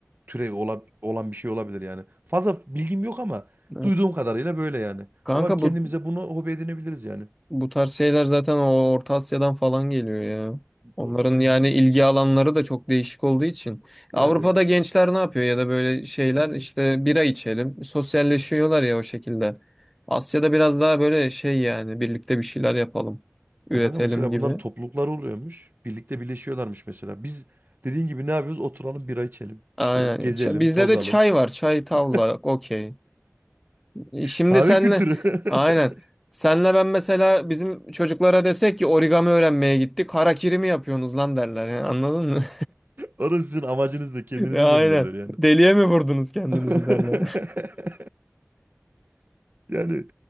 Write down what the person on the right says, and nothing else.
türevi olan, olan bir şey olabilir yani. Fazla bilgim yok ama
duyduğum kadarıyla böyle yani.
Ama kendimize
bunu hobi edinebiliriz yani.
Doğru ya.
Biz
yani
Ya kanka mesela
bunların toplulukları oluyormuş. Birlikte birleşiyorlarmış mesela. Biz dediğin gibi ne yapıyoruz? Oturalım bira içelim.
İşte gezelim,
tozalım.
<laughs>
Kahve
kültürü.
<laughs>
Orası sizin amacınız da kendinize
dönülürler yani.
<laughs>
Yani